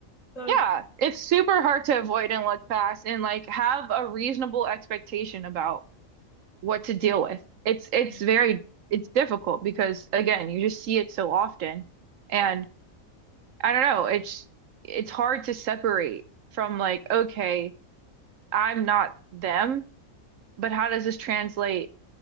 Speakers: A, on the left; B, on the right.
A: So
B: Yeah,
A: it's
B: it's super hard to avoid and look past and like have a reasonable expectation about what to deal with. It's it's
A: Mhm.
B: very it's difficult because again, you just see it so often
A: yeah.
B: and I don't know, it's it's hard to separate from like, okay, I'm not them, but how does this translate